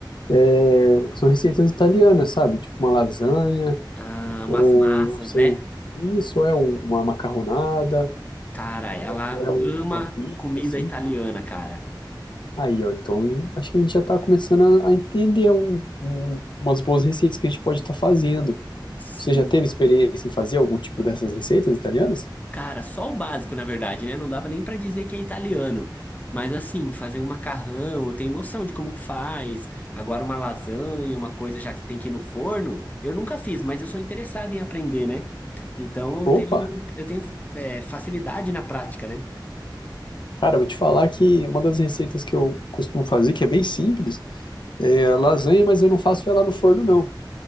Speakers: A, on the left; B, on the left.
A: é, são receitas italianas, sabe? Tipo uma lasanha,
B: Ah, umas
A: ou
B: massas,
A: não sei,
B: né?
A: isso é um- uma macarronada,
B: Cara, ela
A: ou até um-
B: ama
A: uma pizza,
B: comida
A: assim.
B: italiana, cara.
A: Aí, ó, então e- acho que a gente já tá começando a, a entender um- um- umas boas receitas que a gente pode estar fazendo.
B: sim
A: Você já teve experiência em fazer algum tipo dessas receitas italianas?
B: Cara, só o básico, na verdade, né? Não dá nem pra dizer que é italiano. Mas assim, fazer um macarrão, eu tenho noção de como que faz. Agora uma lasanha, uma coisa já que tem que ir no forno, eu nunca fiz, mas eu sou interessado em aprender, né? Então eu
A: Opa!
B: tenho, eu tenho é, facilidade na prática, né?
A: Cara, eu vou te falar que uma das receitas que eu costumo fazer, que é bem simples, é a lasanha, mas eu não faço ela no forno, não.